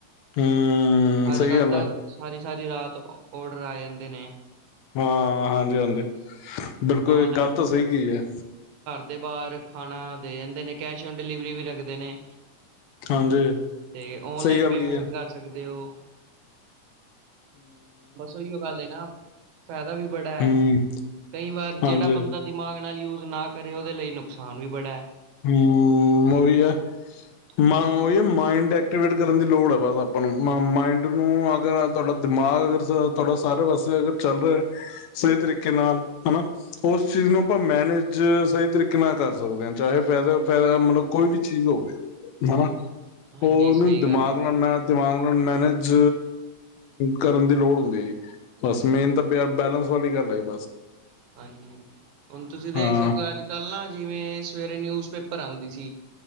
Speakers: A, on the left (about 70°); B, on the right (about 70°).
A: ਹੂੰ,
B: ਅੱਜ
A: ਸਹੀ
B: ਕੱਲ੍ਹ
A: ਗੱਲ
B: ਤਾਂ,
A: ਆ।
B: ਸਾਰੀ ਸਾਰੀ ਰਾਤ ਔਡਰ ਆ ਜਾਂਦੇ ਨੇ।
A: ਹਾਂ ਹਾਂਜੀ ਹਾਂਜੀ ਬਿਲਕੁਲ
B: ਬੰਦਾ
A: ਗੱਲ ਤਾਂ ਸਹੀ ਕੀ ਹੈ।
B: ਤੇ ਬਾਹਰ ਖਾਣਾ ਦੇ ਜਾਂਦੇ ਨੇ ਕੈਸ਼ ਔਨ ਡਿਲੀਵਰੀ ਵੀ ਰੱਖ ਦਿੰਦੇ ਨੇ,
A: ਹਾਂਜੀ
B: ਤੇ ਆਨਲਾਈਨ
A: ਸਹੀ ਗੱਲ
B: ਪੇਮੈਂਟ
A: ਕੀ ਹੈ
B: ਵੀ ਕਰ ਸਕਦੇ ਹੋ। ਬਸ ਉਹੀਓ ਗੱਲ ਹੈ ਨਾ ਫਾਇਦਾ ਵੀ ਬੜਾ ਹੈ।
A: ਹਮ
B: ਕਈ ਵਾਰ
A: ਹਾਂਜੀ
B: ਜਿਹੜਾ ਬੰਦਾ ਦਿਮਾਗ ਨਾਲ ਯੂਜ ਨਾ ਕਰੇ ਉਹਦੇ ਲਈ ਨੁਕਸਾਨ ਵੀ ਬੜਾ ਹੈ।
A: ਹੂੰ, ਉਹੀ ਹੈ,
B: ਹਾਂ
A: ਮ ਮਾਈੰਡ ਐਕਟੀਵੇਟ ਕਰਨ ਦੀ ਲੋੜ ਹੈ ਬਸ ਆਪਾਂ ਨੂੰ ਮਾਇੰਡ ਨੂੰ ਅਗਰ ਤੁਹਾਡਾ ਦਿਮਾਗ ਅਗਰ ਤੁਹਾਡਾ ਸਾਰੇ ਪਾਸੇ ਅਗਰ ਚੱਲ ਰਿਹਾ ਸਹੀ ਤਰੀਕੇ ਨਾਲ ਹਨਾ ਉਸ ਚੀਜ਼ ਨੂੰ ਆਪਾਂ ਮੈਨੇਜ ਸਹੀ ਤਰੀਕੇ ਨਾਲ ਕਰ ਸਕਦੇ ਹਾਂ ਚਾਹੇ ਫਾਇਦਾ ਫਾਇਦਾ ਮਤਲਬ ਕੋਈ ਵੀ ਚੀਜ਼ ਹੋਵੇ ਹਨਾ
B: ਹਾਂਜੀ
A: ਉਹਨੂੰ
B: ਸਹੀ
A: ਦਿਮਾਗ
B: ਗੱਲ ਹੈ
A: ਨਾਲ ਮੈਂ ਦਿਮਾਗ ਨਾਲ ਮੈਨੇਜ ਕਰਨ ਦੀ ਲੋੜ ਨੀ ਬਸ ਮੇਨ ਤਾਂ ਬ ਬੈਲੈਂਸ ਵਾਲੀ ਗੱਲ ਆ ਬਸ।
B: ਹਾਂਜੀ, ਹੁਣ ਤੁਸੀਂ ਦੇਖ
A: ਹਾਂ।
B: ਸਕਦੇ ਹੋ ਅੱਜ ਕੱਲ੍ਹ ਨਾ ਜਿਵੇਂ ਸਵੇਰੇ ਨਿਊਜ਼ ਪੇਪਰ ਆਉਂਦੀ ਸੀ,